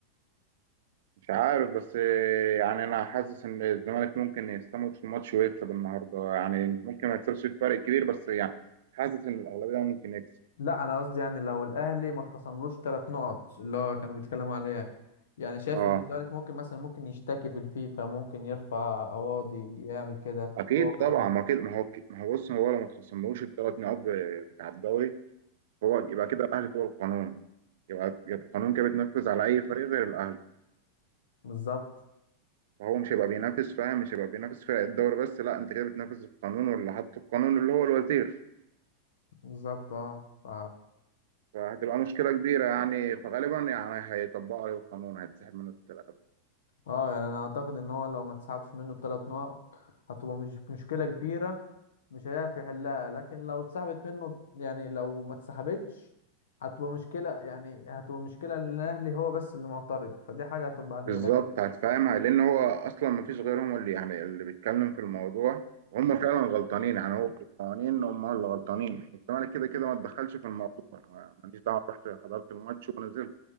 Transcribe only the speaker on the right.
مش عارف بس آه، يعني انا حاسس ان الزمالك ممكن يستموت في الماتش ويكسب النهارده يعني ممكن ما يكسبش بفرق كبير بس يعني حاسس ان الاغلبيه ممكن يكسب
اه
اكيد
طبعا ما اكيد ما هو ما هو بص هو لو ما تخصملوش الثلاث نقاط ب- بتاع الدوري هو يبقى كده الاهلي فوق القانون يبقى يبقى القانون كده بتنفذ على اي فريق غير الاهلي
فهو مش هيبقى بينافس فاهم مش هيبقى بينافس فرق الدوري بس لا انت كده بتنافس القانون واللي حط القانون اللي هو الوزير
فهتبقى مشكلة كبيرة يعني فغالبا يعني هيطبقوا عليه القانون هيتسحب منه التلاتة
بالظبط
هتفهمها لأن هو أصلا مفيش غيرهم اللي يعني اللي بيتكلم في الموضوع وهم فعلا غلطانين يعني هو في القوانين هم اللي غلطانين الزمالك كده كده ما تدخلش في الموضوع أنا ماليش دعوة رحت حضرت الماتش ونزلت